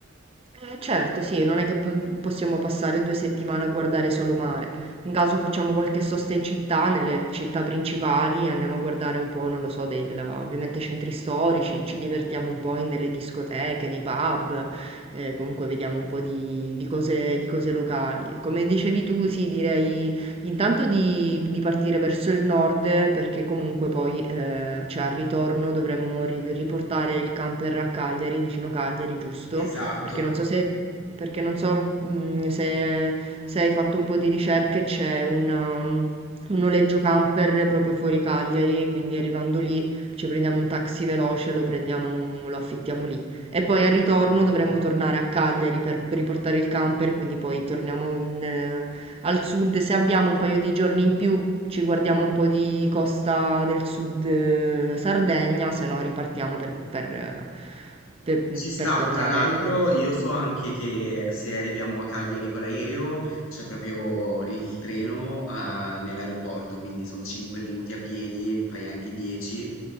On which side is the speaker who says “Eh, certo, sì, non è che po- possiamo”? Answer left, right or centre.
Right